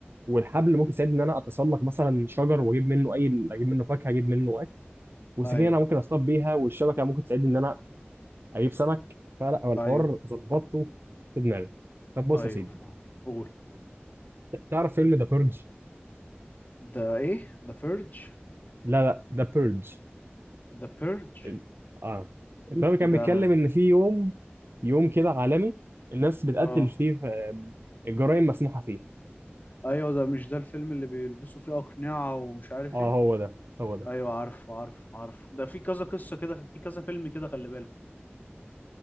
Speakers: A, on the right; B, on the left.
A: والحبل ممكن يساعدني ان انا اتسلق مثلا شجر واجيب منه اي اجيب منه فاكهه اجيب منه اكل والسكينه
B: ايوه
A: انا ممكن اصطاد بيها والشبكه ممكن تساعدني ان انا اجيب سمك فلا هو الحوار
B: ايوه
A: ظبطته في دماغي طب بص
B: ايوه
A: يا سيدي
B: فاهم قول
A: ت- تعرف فيلم ذا بيرج
B: ده ايه ده فيرج
A: لا لا ذا بيرج
B: ده بيرج
A: ال... اه اللي هو كان
B: ده
A: بيتكلم ان في يوم يوم كده عالمي الناس بتقتل
B: اه
A: فيه آه، الجرائم مسموحه فيه
B: ايوه ده مش ده الفيلم اللي بيلبسوا فيه اقنعة ومش عارف
A: اه
B: ايه
A: هو ده هو ده
B: ايوه عارفه عارفه عارفه ده في كذا قصة كده في كذا فيلم كده خلي بالك